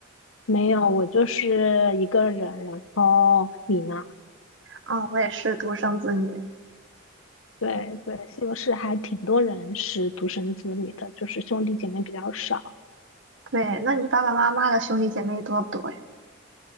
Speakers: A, on the left; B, on the right.
A: 没有，我就是一个人。然后你呢？
B: 啊，我也是独生子女。
A: 对对，西欧是还挺多人是独生子女的，就是兄弟姐妹比较少。
B: 对，那你爸爸妈妈的兄弟姐妹多不多呀？